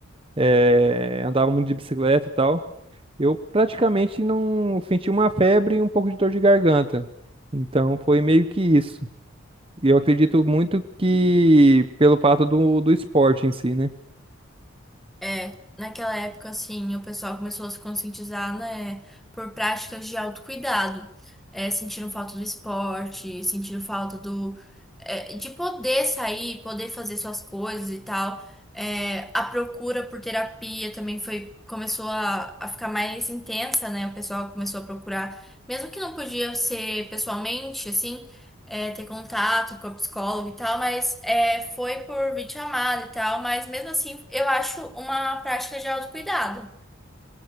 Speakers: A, on the right; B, in the centre.
A: eh, andava muito de bicicleta e tal. Eu praticamente não senti uma febre e um pouco de dor de garganta. Então foi meio que isso. E eu acredito muito que pelo fato do, do esporte em si, né?
B: É, naquela época, assim, o pessoal começou a se conscientizar, né, por práticas de autocuidado. É, sentiram falta do esporte, sentiram falta do, é, de poder sair, poder fazer suas coisas e tal. É, a procura por terapia também foi, começou a, a ficar mais intensa, né? O pessoal começou a procurar, mesmo que não podia ser pessoalmente, assim é, ter contato com a psicóloga e tal, mas é, foi por videochamada e tal, mas mesmo assim eu acho uma prática de autocuidado.